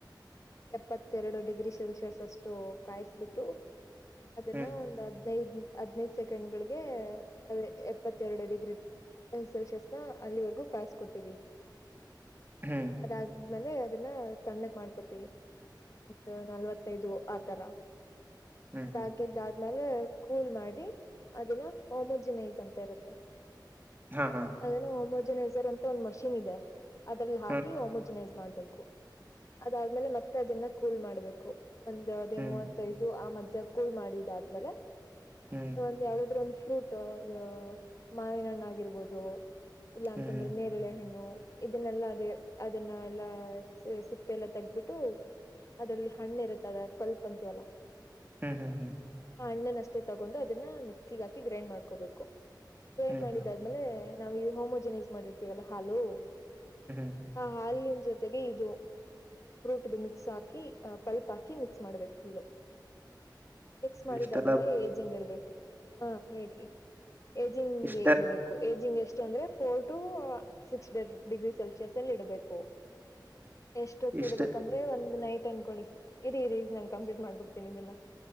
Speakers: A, on the left (about 40°); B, on the right (about 25°).
A: ಎಪ್ಪತ್ತೆರಡು ಡಿಗ್ರಿ ಸೆಲ್ಸಿಯಸ್ ಅಷ್ಟು ಕಾಯಿಸಬಿಟ್ಟು ಅದನ್ನ
B: ಹ್ಮ್
A: ಒಂದ್ ಹದ್ನೈದ ಹದ್ನೈದ ಸೆಕೆಂಡ್ ಗೆ ಅದೇ ಎಪ್ಪತ್ತೆರಡು ಡಿಗ್ರಿ ಸೆಲ್ಸಿಯಸ್ ನ ಅಲ್ಲಿವರೆಗೂ ಕಾಯಸ್ಕೋತೀವಿ
B: ಹ್ಮ್
A: ಅದಾದ್ಮೇಲೆ ಅದನ್ನ ತಣ್ಣಕ್ ಮಾಡ್ಕೊತೀವಿ ಒಂದು ನಲ್ವತ್ತೈದು ಆತರ
B: ಹ್ಮ್
A: ಅದಾಗಿದ್ದ
B: ಹ್ಮ್
A: ಆ್ಮಲೆ ಕೂಲ್ ಮಾಡಿ ಅದಿನ ಹೋಮುಜಿನೈಜ್ ಅಂತ ಇರುತ್ತೆ
B: ಹಾ ಹಾ
A: ಅದನ್ನು ಹಓಮೋಜಿನೈಸರ್ ಅಂತ ಒಂದ್ ಮಷಿನ್ ಇದೆ ಅದ್ರಲ್ಲಿ ಹಾಕಿ
B: ಹ್ಮ್
A: ೋಮೋಜಿನೈಸ ಮಾಡ್ಬೇಕು ಅದಾದ್ಮೇಲೆ ಮತ್ತೆ ಅದನ್ನ ಕೂಲ್ ಮಾಡ್ಬೇಕು ಒಂದದೇ
B: ಹ್ಮ್
A: ಮೂವತ್ತೈದು ಆ ಮಧ್ಯ್ಯಾ ಕೂಲ್ ಮಾಡಿದಾದ್ಮೇಲೆ
B: ಹ್ಮ್
A: ಒಂದ್ ಯಾವ್ದಾದ್ರು ಒಂದು ಫ್್ರಟೋ ಇದು ಮಾವಿನ ಹಣ್ಣು ಆಗಿರ್ಬೋದು ಇಲ್ಲಾಂತಂದ್ರೆ
B: ಹ್ಮ್ ಹ್ಮ್
A: ನೇರಳೆ ಹಣ್ಣು ಇದನ್ನೆಲ್ಲಾ ಅದೇ ಅದನ್ನ ಎಲ್ಲಾ ಸಿಪ್ಪೆ ಎಲ್ಲ ತೆಗಬಿಟ್ಟು ಅದ್ರಲ್ಲಿ ಹಣ್ಣು ಇರುತ್ತ ಅದ ತಲ್ಪ್ ಅಂತೀವಲ್ಲ
B: ಹ್ಮ್ ಹ್ಮ್ ಹ್ಮ್
A: ಆ ಹಣ್ಣನ್ ಅಷ್ಟೇ ತಗೊಂಡು ಅದನ್ನ ಮಿಕ್ಸಿಗೆ ಹಾಕಿ ಗ್ರೈಂಡ್ ಮಾಡ್ಕೋಬೇಕು ಗ್ರೈಂಡ್
B: ಹ್ಮ್ ಹ್ಮ್
A: ಮಾಡಿದಾದ್ಮೇಲೆ
B: ಹ್ಮ್
A: ನಾವವು ಈ ಹೋಮೋಜನೈಸ್ ಮಾಡಿರ್ತೀವಲ್ಲ ಹಾಲು
B: ಹ್ಮ್
A: ಹ ಹಾಾಲ ಜೊತೆಗೆ ಇದು ಫ್ರೂಟ್ ಇದು ಮಿಕ್ಸ್ ಹಾಕಿ ಪಲ್ಪ್ ಹಾಕಿ ಮಿಕ್ಸ್ ಮಾಡ್ಬೇಕು ಫುಲ್ಲು
B: <inaudible>
A: ಮಕ್ಸ್ ಮಾಡಿದಾದ್ಮೇಲೆ
B: ಇಷ್ಟೆಲ್ಲ
A: ಏಜ್ ಹಿಂಗ್ ಇಡ್ಬೇಕು ಹ ಹೇಳಿ ಏಜಿಂಗ್ಗೆ
B: ಇಷ್ಟ
A: ಇಡಬೇಕು ಏಜಿಂಗ್ ಎಷ್ಟ ಎಟ್ ಅಂದ್ರೆ four to six degree Celsius ಅಲ್ಲಿ ಇಡಬೇಕು ಎಷ್ಟೊತ್ತಿಡ್ಬೇಕಂದ್ರೆ
B: ಇಷ್ಟ
A: ಒಂದ್ ನೈಟ್ ಅನ್ಕೊಳಿ ಇರಿ ಇರಿ ನಾನ್ ಕಂಪ್ಲೀಟ್ ಮಾಡ್ಬಿಡ್ತೀನಿ ಇದನ್ನ